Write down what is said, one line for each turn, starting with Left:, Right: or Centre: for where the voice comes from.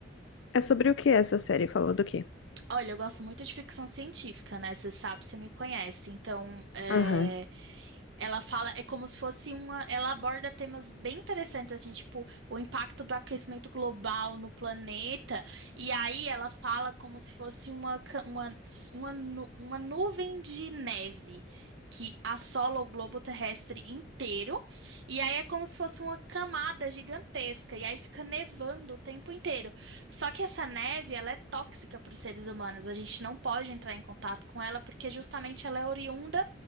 Left: É sobre o que essa série? Falou do quê?
Right: Olha, eu gosto muito de ficção científica, né? Você sabe, você me conhece. Então, é,
Left: Aham.
Right: ela fala, é como se fosse uma. Ela aborda temas bem interessantes, assim, tipo, o impacto do aquecimento global no planeta. E aí ela fala como se fosse uma, ca- uma, uma, nu- uma nuvem de neve que assola o globo terrestre inteiro. E aí é como se fosse uma camada gigantesca. E aí fica nevando o tempo inteiro. Só que essa neve, ela é tóxica para os seres humanos. A gente não pode entrar em contato com ela porque justamente ela é oriunda